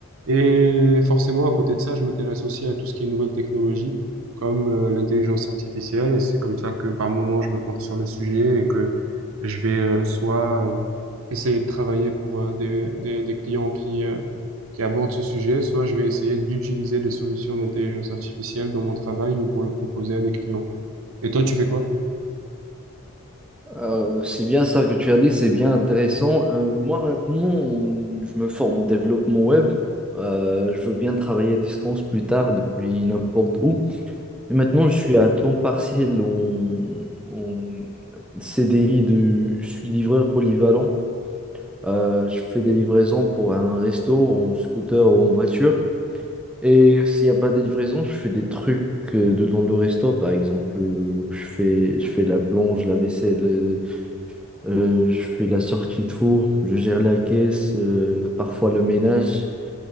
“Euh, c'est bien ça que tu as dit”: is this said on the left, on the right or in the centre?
Centre